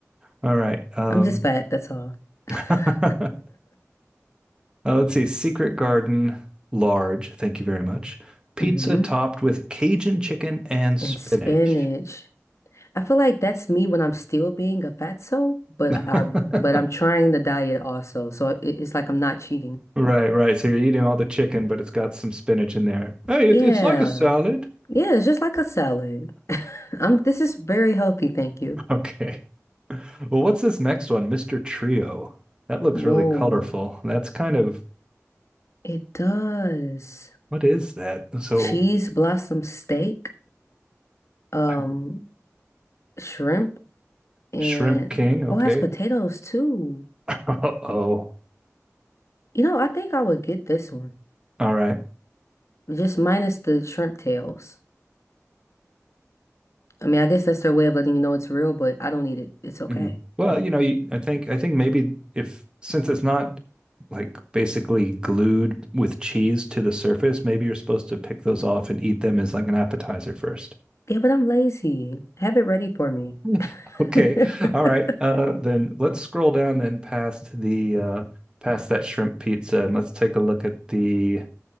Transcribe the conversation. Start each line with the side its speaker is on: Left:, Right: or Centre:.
Right: All right. Um,
Left: just fat, that's all. <laughs>
Right: <laughs> uh, let's see. Secret Garden, large. Thank you very much. Pizza
Left: hmm
Right: topped with Cajun chicken and spinach.
Left: And spinach. I feel like that's me when I'm still being a fatso, but
Right: <laughs>
Left: I but I'm trying the diet also, so it, it's like I'm not cheating.
Right: Right, right. So you're eating all the chicken, but it's got some spinach in there. Hey,
Left: Yeah.
Right: it, it's like a salad. <laughs>
Left: Yeah, it's just like a salad. <laughs> I'm this is very healthy, thank you.
Right: Okay. Well, what's this next one? Mr. Trio. That looks
Left: Whoa,
Right: really colorful. That's kind of
Left: it does.
Right: what is that? So
Left: cheese blossom steak, um,
Right: I
Left: shrimp, and
Right: Shrimp King. Okay.
Left: oh, it has potatoes too.
Right: <laughs> Uh-oh.
Left: You know, I think I would get this one,
Right: All right.
Left: just minus the shrimp tails. I mean, I guess that's their way of letting you know it's real, but I don't need it. It's okay.
Right: Mm. Well, you know, you, I think I think maybe if since it's not like basically glued with cheese to the surface, maybe you're supposed to pick those off and eat them as like an appetizer first.
Left: Yeah, but I'm lazy. Have it ready for me.
Right: <laughs> Okay.
Left: <laughs>
Right: All right. Uh, then let's scroll down then past the uh, past that shrimp pizza and let's take a look at the